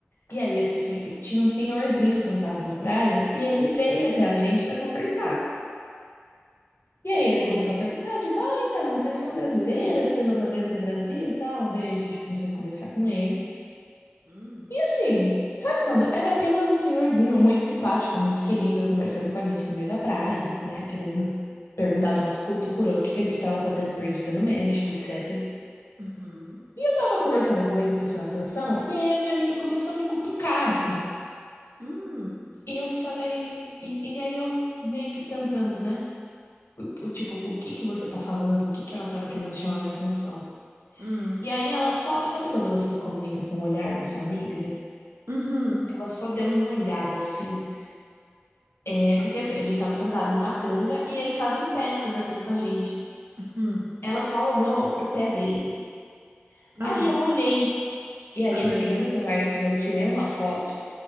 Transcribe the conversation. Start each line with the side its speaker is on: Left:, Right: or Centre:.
Left: E aí esse, sen- tinha um senhorzinho sentado na praia e ele veio até a gente para conversar. E aí ele
Right: hum,
Left: começou a perguntar, tipo, ah, então, vocês são brasileiras pela bandeira do Brasil e tal? Daí a gente começou a conversar com ele.
Right: hum,
Left: E assim, sabe quando? Era apenas um senhorzinho muito simpático, muito querido, conversando com a gente no meio da praia, né? Querendo perguntar da nossa cultura, o que que a gente estava fazendo perdida no México, etc.
Right: uhum,
Left: E eu tava conversando com ele, prestando atenção, e aí a minha amiga começou a me cutucar, assim.
Right: hum.
Left: E eu falei, e, e aí eu meio que tentando, né? O- o Tipo, o que que você tá falando? O que que ela tava querendo chamar minha atenção?
Right: Hum,
Left: E aí ela só, sabe quando você se comunica com o olhar com a sua amiga?
Right: Uhum,
Left: Ela só deu uma olhada assim. É, porque assim, a gente tava sentado numa canga e ele tava em pé conversando com a gente.
Right: uhum.
Left: Ela só olhou pro pé dele. Aí
Right: Ah,
Left: eu olhei. E aí
Right: ai,
Left: eu
Right: meu
Left: peguei
Right: Deus.
Left: meu celular e eu tirei uma foto.